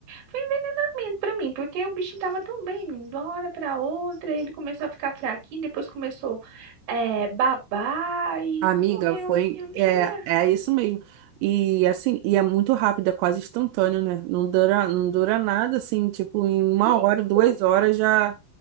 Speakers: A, on the right; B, on the right.
A: foi envenenamento pra mim, porque o bichinho tava tão bem, de uma hora pra outra, ele começou a ficar fraquinho, depois começou é, babar e
B: Amiga,
A: morreu
B: foi...
A: assim, eu não
B: É,
A: cheguei a.
B: é isso mesmo. E, assim, e é muito rápido, é quase instantâneo, né? Não dura, não dura nada, assim, tipo, em uma
A: Isso!
B: hora, duas horas já...